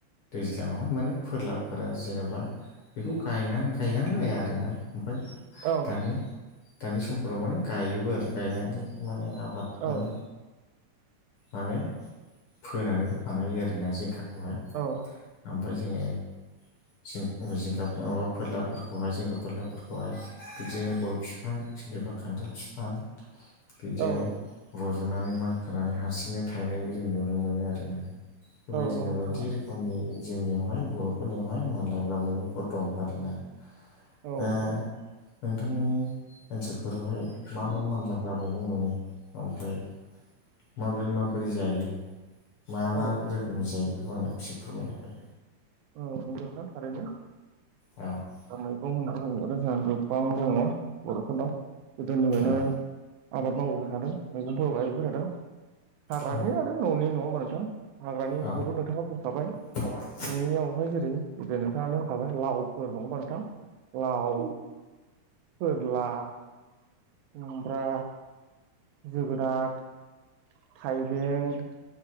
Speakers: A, on the left (about 60°); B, on the right (about 80°).
A: ज्लांआवहाय माने फोरलाफोरा जेनेबा बेखौ गाय-गायनांलाया आरोना ओमफाय
B: औ
A: दानि दानि समफोराव माने गायोबो आरो गायनानै माने आबाद माने
B: औ
A: माने फोनानैबो बानायो आरोना जिंखाखौहाय।
B: औ
A: ओमफाय जोङो जिं माबा फोरलाफोरखौहाय जिंखा फोरलाफोरखौहाय बिदिनो गय बिफां सोरनिबा खान्थाल फिफां बिदियाव
B: औ
A: रज'नानै मानखोनानै हारसिंनो थायनायबो जों नुनो मोनो आरोना। बेबायदिनो
B: नंगौ नोंथां
A: बायदि रोखोमनि जोंनियावहाय बर'फोरनियावहाय मानलाग्रा मैगंफोर दं आरोना।
B: औ
A: दा
B: नोंथां
A: नोंथांनि ओनसोलफोरावहाय मा मा मानलाग्रा मैगं मोनो ओमफ्राय माबोरै माबोरै जायो मा मा
B: औ
A: रोखोमनि जायो बेखौ आंनो एसे फोरमायनो हागोन
B: औ नंगौ नोंथां थारैनो
A: औ
B: मैगं होनना बुंङोब्लाथ' जोंहा गोबां दङ बर'फोरनाव गोदोनिफायनो
A: औ
B: आबाद मावबोबाय थादों मैगंफोर गायबोबाय थादों हाग्रानि
A: औ
B: आरो न'नि नङा होमबा नोंथां? हाग्रानिखौथ'
A: औ
B: नोंथाङा बुंखाबाय।
A: <unintelligible>
B: न'नियावहाय जेरै जे नोंथाङानो होनखाबाय लावफोर नङा होमबा नोंथां लाव फोरला खुमब्रा जोगोनाद। थाइबें